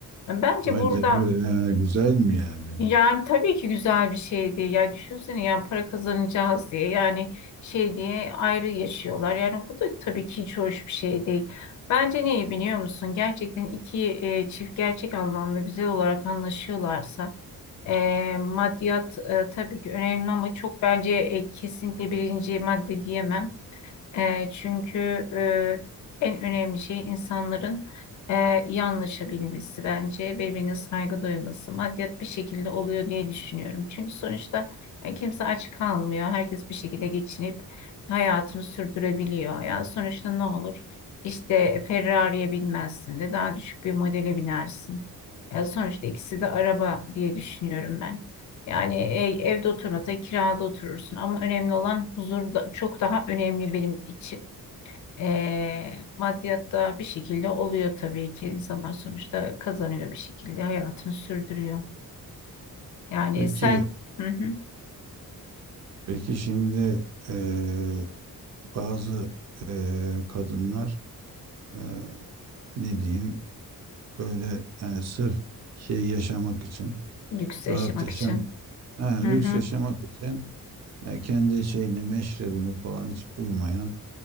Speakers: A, on the left (about 55°); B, on the right (about 45°).
A: Bence
B: Haydi
A: burada
B: bir, yani güzel mi yani?
A: Yani tabii ki güzel bir şeydi. Ya düşünsene yani para kazanacağız diye yani şey diye ayrı yaşıyorlar. Yani bu da tabii ki hiç hoş bir şey değil. Bence neyi biliyor musun? Gerçekten iki e, çift gerçek anlamda güzel olarak anlaşıyorlarsa e, maddiyat e, tabii ki önemli ama çok bence e, kesinlikle birinci madde diyemem. E, çünkü e, en önemli şey insanların e, iyi anlaşabilmesi bence birbirine saygı duyması maddiyat bir şekilde oluyor diye düşünüyorum. Çünkü sonuçta e, kimse aç kalmıyor. Herkes bir şekilde geçinip hayatını sürdürebiliyor. Ya sonuçta ne olur? İşte Ferrari'ye binmezsin de daha düşük bir modele binersin. Ya sonuçta ikisi de araba diye düşünüyorum ben. Yani e, evde oturmasan kirada oturursun ama önemli olan huzur da, çok daha önemli benim için. E, maddiyatta bir şekilde oluyor tabii ki insanlar sonuçta kazanıyor bir şekilde hayatını sürdürüyor. Yani
B: Peki
A: sen hı hı,
B: peki şimdi eee, bazı eee, kadınlar eee, ne diyeyim böyle yani sırf şey yaşamak için
A: lüks yaşamak
B: rahat yaşam
A: için.
B: yani
A: Hı hı,
B: lüks yaşamak için yani kendi şeyini meşrebini falan hiç uymayan